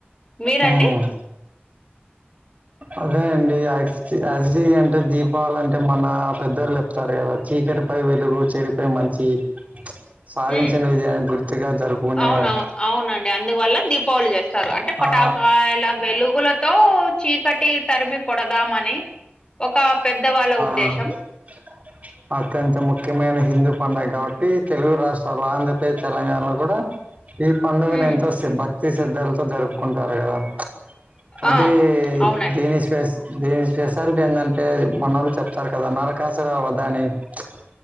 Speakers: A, on the left (about 25°); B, on the right (about 40°).
A: మీరండి
B: హ్మ్. అదేన్ డి యాక్స్జీ యాక్స్జీ అంటే దీపావళి అంటే మన పెద్దోళ్లు చెప్తారు కదా చీకటి పై వెలుగు చెడి పై మంచి సాధించన
A: ఉమ్.
B: విజయాన్ని గుర్తుగా జరుపుకునే
A: అవునవును అవునండి అందువల్ల దీపావళి చేస్తారు అంటే పటాకాయల
B: ఆ
A: వెలుగుల తో చీకటి తరిమి కొడదామని ఒక పెద్దవాళ్ళ ఉద్దేశం
B: ఆ <unintelligible> అత్యంత ముఖ్యమైన హిందూ పండగ కాబట్టి తెలుగు రాష్ట్రాల్లో ఆంధ్రప్రదే తెలంగాణలో కూడా ఈ పండుగను
A: ఉమ్
B: ఎంతో శ భక్తి శద్ధలతో జరుపుకుంటారు కదా అంటే
A: ఆ అవునండి
B: దీని స్పెస్ దీని స్పెషాలిటీ ఎందన్ అంటే మనోళ్లు చెప్తారు కదా నరకాసు <unintelligible>